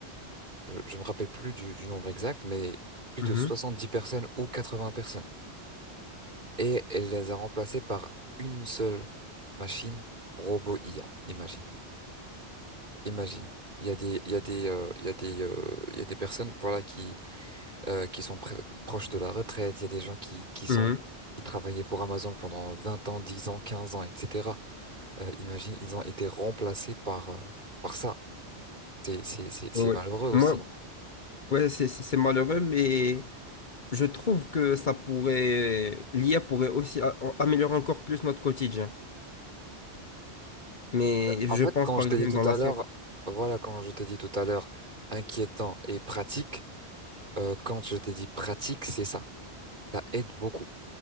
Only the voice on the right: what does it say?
Je, je me rappelle plus du, du nombre exact, mais plus de
soixante dix personnes ou 80 personnes. Et elle les a remplacées par une seule machine robot IA. Imagine, imagine. Il y a des il y a des euh, il y a des euh, il y a des personnes voilà qui euh, qui sont pr- proches de la retraite. Il y a des gens qui qui sont
qui travaillaient pour Amazon pendant 20 ans, 10 ans, 15 ans, etc. Euh, imagine, ils ont été remplacés par euh, par ça. C'est, c'est, c'est, c'est
malheureux
aussi.
En
fait,
quand
je t'ai
dit tout
à
l'heure, voilà, quand je t'ai dit tout à l'heure, inquiétant et pratique, euh, quand je t'ai dit pratique, c'est ça. Ça aide beaucoup.